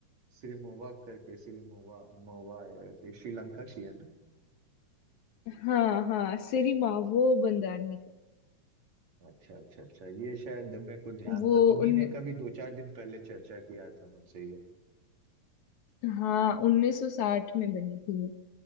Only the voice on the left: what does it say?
हाँ हाँ सिरिमा वो बंदारनी का
वो
उन
हाँ 1960 में बनी थी ये